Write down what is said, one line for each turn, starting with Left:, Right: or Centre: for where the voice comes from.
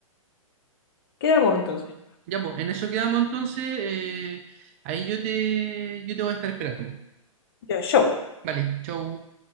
Left: Quedamos entonces.
Right: Ya, pues, en eso quedamos entonces, eh, ahí yo te, yo te voy a estar esperando.
Left: Ya, show.
Right: Vale, chau.